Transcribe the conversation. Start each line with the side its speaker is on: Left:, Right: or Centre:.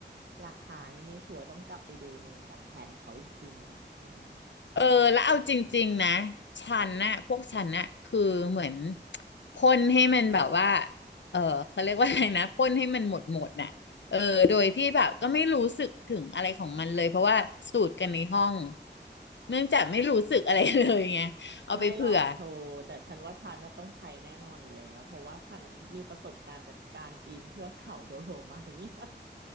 Right: ราคานี่ไม่ชัวร์ต้องกลับไปดูในแบบแผนเขาอีกทีนึงอ่ะอืม
Left: เออแล้วเอาจริงๆนะฉันน่ะพวกฉันน่ะคือเหมือนพ่นให้มันแบบว่าเออเขาเรียกว่าอะไรนะพ่นให้มันหมดหมดน่ะเออโดยที่แบบก็ไม่รู้สึกถึงอะไรของมันเลยเพราะว่าสูตรกันในห้องเนื่องจากไม่รู้สึกอะไรเลยไงเอาไปเผื่อ
Right: ไม่หรอกเธอแต่ฉันว่าฉันน่ะต้องใช้แน่นอนอยู่แล้วเพราะว่าฉันมีประสบการณ์จากการปีนเทือกเขาโดโลไมท์ <laughs>